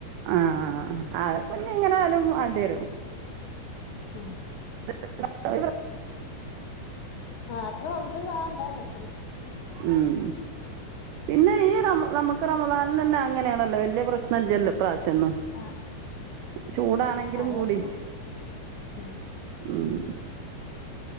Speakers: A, on the right; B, on the left.
A: ആഹ് അ ഇപ്പം ഇഞെങ്ങനെ ആയാലും മാണ്ട്യേരും
B: ആ
A: <unintelligible>
B: ആ അത്ര പറഞ്ഞിട്ടും കരയില്പത് <unintelligible>
A: ഉം പിന്നെ ഈ റമ നമുക്ക് റമദാന തന്നെ അങ്ങനെയാണല്ലോ വലിയ പ്രശ്നല്ലല്ലോ ഇപ്രാവശ്യം ചെന്ന്
B: ആ
A: ചൂടാണെങ്കിലും
B: കാലാവസ്ഥ
A: കൂടി
B: ഉം
A: ഉം